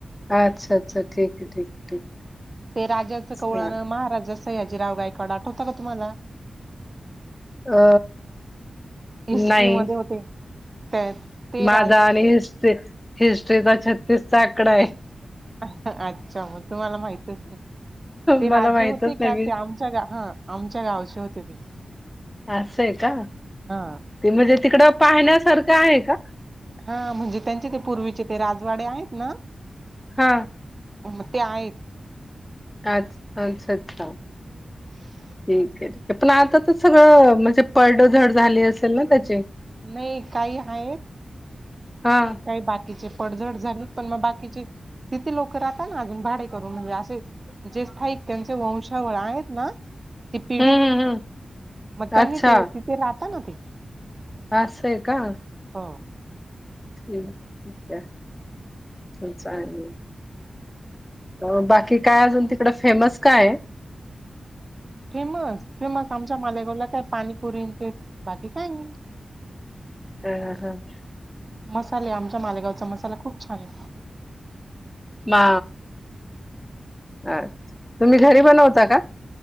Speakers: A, on the left; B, on the right.
A: हां अच्छा अच्छा ठीके ठीके ठीक.
B: ते राजाचं कवळानं
A: आहे. हां.
B: महाराजाचा सयाजीराव गायकवाड आठवत का तुम्हाला?
A: अ
B: हिस्ट्री
A: नाही
B: मध्ये होते त्या ते
A: माझा
B: राज
A: आणि इसपेक हिस्ट्रीचा छत्तीस चा आकडा आहे.
B: अच्छा मग तुम्हाला माहित ते
A: मला
B: राजे
A: माहितच
B: होते का
A: नाही मी
B: ते आमच्या ग- हा आमच्या गावाचे होते ते.
A: असं आहे का!
B: हा
A: ते म्हणजे तिकडं पाहण्यासारखं आहे का?
B: हा म्हणजे त्यांचे ते पुरवीचे राजवाडे आहेत ना?
A: हा.
B: म ते आहेत.
A: आज अच्छा अच्छा!
B: <inaudible>
A: ठीके पण आता तर सगळं म्हणजे पढ झड झाली असेल ना त्याचे.
B: नाही काही आहेत.
A: हा.
B: काही बाकीचे पडझड झाली पण म बाकीचे तिथी लोक राहतात ना अजून भाडे करून म्हणजे असे जे स्थायिक त्यांचे वंशावळ आहेत ना? ती पिढ
A: हं, हं, हं.
B: म त्यांनी
A: अच्छा
B: ते तिथे राहताना त्यांनी.
A: हां असंय का?
B: हो.
A: <unintelligible> म चालल. अ बाकी काय अजून तिकड फेमस काय आहे?
B: फेमस फेमस आमच्या मालेगावाला काय पाणीपुरी ते बाकी काय नाही.
A: ह हं.
B: मसाले आमचा मालेगावचा मसाला खूप छान आहे.
A: मा अच्छा तुम्ही घरी बनवता का?